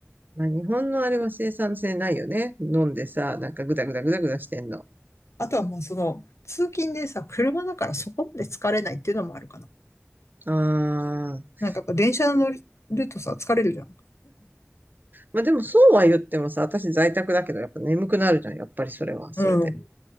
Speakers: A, on the right; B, on the left.
A: まあ、日本のあれは生産性ないよね。飲んでさ、なんかグダグダグダグダしてんの。
B: あとはまあその、通勤でさ、車だからそこまで疲れないっていうのもあるかな。
A: ああ。
B: なんかやっぱ電車乗るとさ、疲れるじゃん。
A: まあ、でもそうは言ってもさ、私在宅だけど、やっぱ眠くなるじゃん。やっぱりそれは、それで。
B: <laughs> うん。